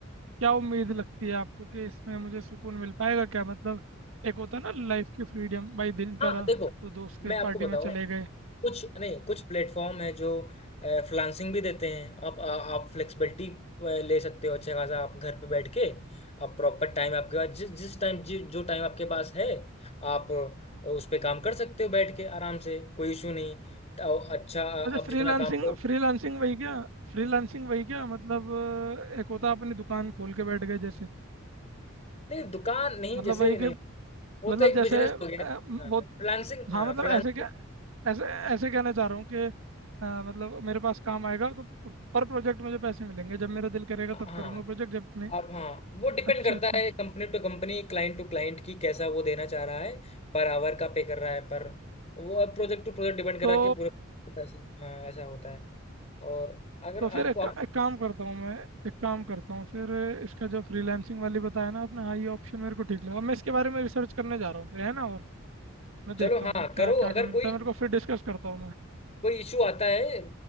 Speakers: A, on the right; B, on the left.
A: क्या उम्मीद लगती है आपको कि इसमें मुझे सुकून मिल पाएगा क्या मतलब एक होता है ना लाइफ की फ्रीडम भाई दिल करा
B: हाँ देखो
A: तो दोस्त के
B: मैं
A: पार्टी
B: आपको बताऊं
A: में चले गए
B: कुछ नहीं कुछ प्लेटफॉर्म है जो फ्रीलांसिंग भी देते हैं आप आ, आप फ्लेक्सिबिलिटी ले सकते हो अच्छा खासा आप घर पे बैठ के आप प्रॉपर टाइम आपके पास जिस जिस टाइम जि, जो टाइम आपके पास है आप अ, उस पे काम कर सकते हो बैठ के आराम से कोई इशू नहीं तो अच्छा आ, आप
A: अच्छा फ्रीलांसिंग
B: जितना काम करो
A: फ्रीलांसिंग वही क्या फ्रीलांसिंग वही क्या मतलब अ, एक होता है अपनी दुकान खोल के बैठ गए जैसे
B: नहीं दुकान नहीं
A: मतलब
B: जैसे
A: वही
B: नहीं
A: के
B: वो
A: मतलब
B: तो एक
A: जैसे
B: बिजनेस
A: अ,
B: हो गया हाँ,
A: वो
B: फ्रीलांसिंग हाँ,
A: हाँ मतलब
B: फ्रीलांसिंग
A: ऐसे क्या ऐसे ऐसे कहना चाह रहा हूँ कि अ, मतलब मेरे पास काम आएगा तो पर प्रोजेक्ट मुझे पैसे मिलेंगे जब मेरा दिल करेगा
B: हाँ
A: तब करूँगा प्रोजेक्ट जब नहीं
B: आप हाँ वो डिपेंड
A: अच्छा
B: करता
A: अच्छा
B: है
A: अच्छा
B: company to company client to client की कैसा वो देना चाह रहा है पर आवर का पे कर रहा है पर वो अब प्रोजेक्ट टू प्रोजेक्ट डिपेंड कर
A: तो
B: रहा है कि पूरे पैसे हाँ ऐसा होता है और अगर
A: तो
B: आपको
A: फिर एक,
B: आप
A: एक काम करता हूँ मैं एक काम करता हूँ फिर इसका जो फ्रीलांसिंग वाली बताया ना आपने हाँ ये ऑप्शन मेरे को ठीक लगा मैं इसके बारे में रिसर्च करने जा रहा हूँ फिर है ना और मैं देखता
B: चलो
A: हूँ
B: हाँ
A: फिर क्या
B: करो
A: क्या
B: अगर
A: क्या मिलता
B: कोई
A: है मेरे को फिर डिस्कस करता हूँ मैं
B: कोई इशू आता है